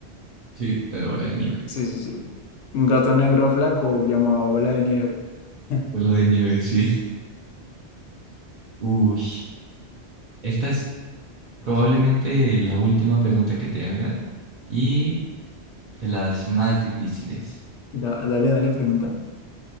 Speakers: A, on the right; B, on the left.
A: Sí, era Bola de Nieve.
B: Sí, sí, sí. Un gato negro flaco llamado bola de nieve. <laughs>
A: Bola de Nieve, sí. Uy, esta es probablemente la última pregunta que te haga y de las más difíciles.
B: Da- dale, dale, pregunta.